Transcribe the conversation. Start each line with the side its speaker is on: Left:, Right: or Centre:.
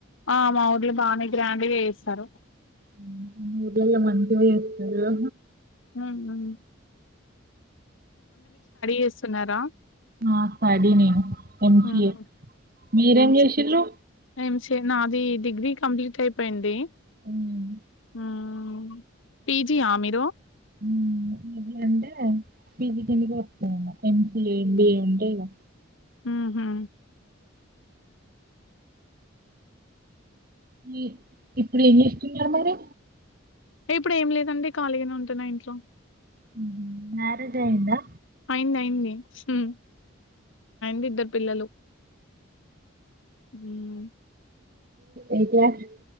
Left: ఆ మా ఊర్లో బానే గ్రాండ్ గా చేస్తారు
Right: హ్మ్ హు ఊర్లల్లో మంచిగా చేస్తారు కదా
Left: ఉమ్ చేస్తున్నారా?
Right: హ్మ్ ఆ స్టడీ నేను మ్
Left: హ్మ్.
Right: సి ఏ మీరేం
Left: ఎంసీ
Right: చేశిల్లు
Left: ఎంసీఏ నాది డిగ్రీ కంప్లీట్ అయిపోయింది
Right: ఉమ్
Left: హ్మ్ పిజియా మీరు
Right: హ్మ్ హు హా అంటే పిజి కిందికే వస్తాయి ఏమో ఎంసిఏ ఎంబిఏ ఉంటే ఇలా
Left: హ్మ్ హు
Right: ఫ్రీ ఇప్పుడు ఏం చేస్తున్నారు మరి
Left: టే ఇప్పుడు ఏం లేదండి ఖాళీగానే ఉంటున్నా ఇంట్లో
Right: హ్మ్ హు మ్యారేజ్ అయ్యిందా
Left: అయ్యింది అయ్యింది అయింది హ్మ్ ఇద్దరు పిల్లలు ఊమ్
Right: ఏట్ <inaudible>